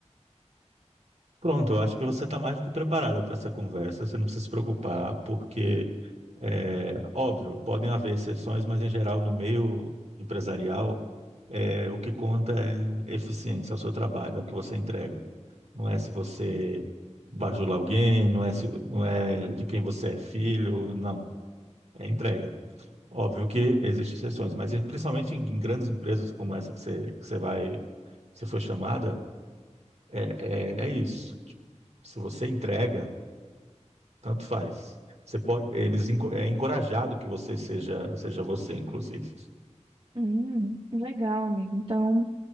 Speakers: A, on the right; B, on the right.
A: Pronto, eu acho que você está mais do que preparada para essa conversa, você não precisa se preocupar, porque, é, óbvio, podem haver exceções, mas em geral, no meio empresarial, é, o que conta é eficiência é o seu trabalho, é o que você entrega. Não é se você bajula alguém, não é, se, não é de quem você é filho, não, é entrega. Óbvio que existem exceções, mas em- principalmente em, em grandes empresas como essa que você, que você vai, que você foi chamada é, é, é isso. Tipo, se você entrega, tanto faz. Você pode, eles enco- é encorajado que você seja seja você, inclusive.
B: Hum, legal, amigo. Então,